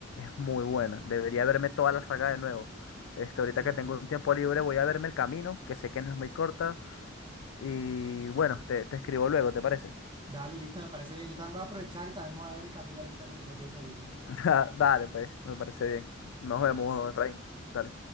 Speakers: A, on the left; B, on the right.
A: es muy buena. Debería verme toda la saga de nuevo. Este, ahorita
B: Sí.
A: que tengo un tiempo libre, voy a verme El Camino, que sé que no es muy corta. Y bueno, te, te escribo luego, ¿te parece?
B: Dale, listo, me parece bien. Yo también voy a aprovechar y también voy a ver el camino ahorita que tengo tiempo libre.
A: <laughs> Dale, pues, me parece bien. Nos
B: Dale,
A: vemos,
B: pues.
A: Efraín. Dale.